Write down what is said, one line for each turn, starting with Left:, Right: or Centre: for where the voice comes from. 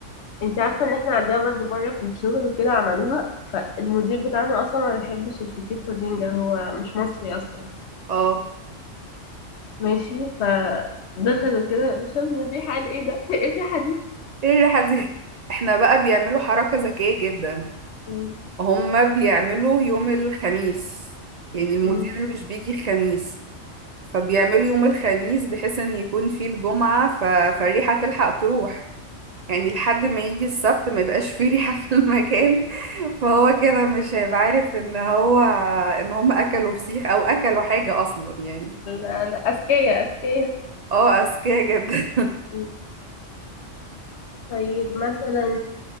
Left: أنت عارفة إن إحنا عندنا برضو مرة في الشغل وكده عملوها فالمدير بتاعنا أصلا ما بيحبش الفسيخ والرنجة هو مش مصري أصلا
Right: اه
Left: ماشي ف دخلوا كده شم الريحة قال ايه ده؟ <laughs> ايه الريحة دي؟
Right: ايه الريحة دي احنا بقى بيعملوا حركة ذكية جدا
Left: مم.
Right: هما بيعملوا يوم الخميس يعني المدير
Left: مم.
Right: مش بيجي الخميس فبيعملوا يوم الخميس بحيث ان يكون فيه الجمعة ف... فالريحة تلحق تروح يعني لحد ما يجي السبت ما يبقاش فيه ريحة في المكان <laughs> فهو كده مش هيبقى عارف ان هو ان هما اكلوا فسيخ او اكلوا حاجة اصلا يعني
Left: لا لا أذكياء أذكياء
Right: اه اذكياء جدا
Left: مم. طيب مثلا